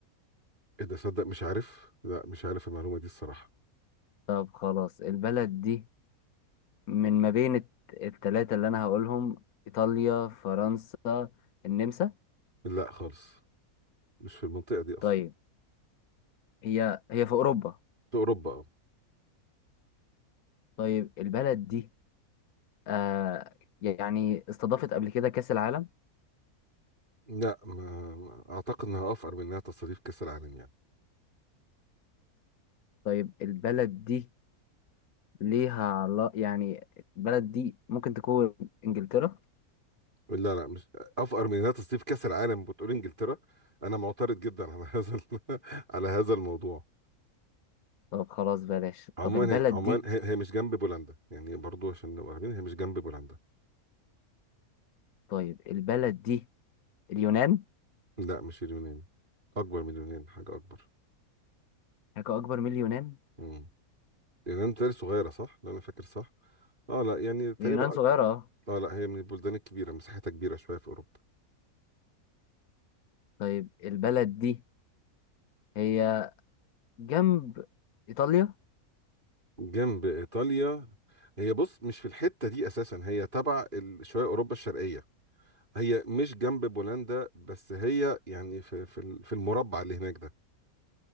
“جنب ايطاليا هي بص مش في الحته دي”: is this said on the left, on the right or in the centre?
Right